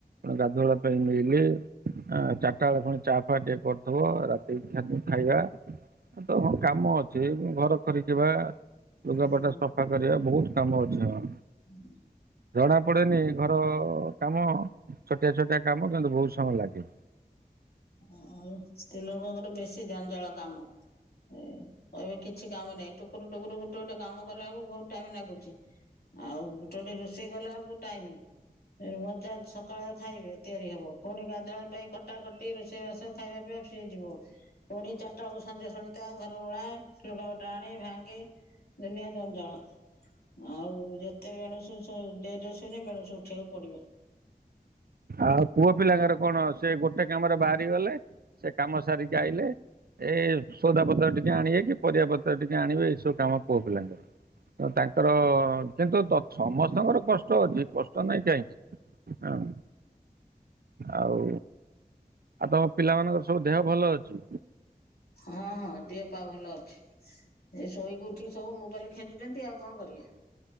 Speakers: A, on the right; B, on the left.
A: ଗାଧୁଆବେଳ ପାଇଁ ମିଲି। ଚାରିଟା ବେଳେ ଫୁଣି ଚା ଫାହା ଟିକେ କରିଥିବ ରାତି ଖାଇବା। ତ ହଁ କାମ ଅଛି ଘର ଖରିକିବା
B: ହୁଁ
A: ଲୁଗାପଟା ସଫା କରିବା ବୋହୁତ୍ କାମ ଅଛି ହଁ।
B: ହୁଁ।
A: ଜଣା ପଡେନି ଘର କାମ ଛୋଟିଆ ଛୋଟିଆ କାମ କିନ୍ତୁ ବୋହୁତ୍ ସମୟ ଲାଗେ।
B: ଆଉ ସ୍ତ୍ରୀଲୋକଙ୍କର ବେଶୀ ଜଞ୍ଜାଳ କାମ। ଏ କହିବେ କିଛି କାମ ନାଇଁ। ଟୁକୁରୁ ଟୁକୁରୁ ଗୋଟେ ଗୋଟେ କାମ କଲାବେଳକୁ ବୋହୁତ୍ ଟାଇମ୍ ଲାଗୁଛି ଆଉ ଗୋଟେ ଗୋଟେ ରୋଷେଇ କଲାବେଳକୁ ଟାଇମି ମଜା ସକାଳେ ଖାଇବେ ତିଆରି ହବ, ପୁଣି ଗାଧୁଆ ପାଇଁ ଖ କଟା କଟି ରୋଷେଇବାସ ଖାଇବା ପିଇବା ସିଏ ଯିବ। ପୁଣି ଚାରିଟା ବଳକୁ ସଞ୍ଜ ସଳିତା ଘର ଓଳା ଲୁକାପଟା ଆଣେ ଭାଙ୍ଗେ। ଦୁନିଆ ଜଞ୍ଜାଳ। ଆଉ ଯେତେବେଲେ <unintelligible> ଡେରି ରେ ଶୋଇଲେ ସେ ବେଳୁ ଉଠେଇକୁ ପଡିବ।
A: ଆଉ ପୁଅ ପିଲାଙ୍କର କଣ ସେ ଗୋଟେ କାମ ରେ ବାହାରି ଗଲେ ସେ କାମ ସାରିକି ଆଇଲେ। ଏଇ ସଉଦାପତ୍ର ଟିକେ ଆଣିବେ କି ପରିବାପତ୍ର ଟିକେ ଆଣିବେ, ଏଇସବୁ କାମ ପୁଅ ପିଲାଙ୍କର ତ ତାଙ୍କର କିନ୍ତୁ ସମସ୍ତଙ୍କର କଷ୍ଟ ଅଛି। ବଷ୍ଟା ନାଇଁ କାହିଁକି ହଁ। ଆଉ ଆଉ ତମ ପିଲାମାନଙ୍କର ସବୁ ଦେହ ଭଲ ଅଛି?
B: ହଁ ହଁ ଦିହ ପା ଭଲ ଅଛି। ଏ ଶୋଇକି ଉଠିକି ସବୁ ମୋବାଇଲ ଖେଚୁଛନ୍ତି ଆଉ କଣ କରିବା?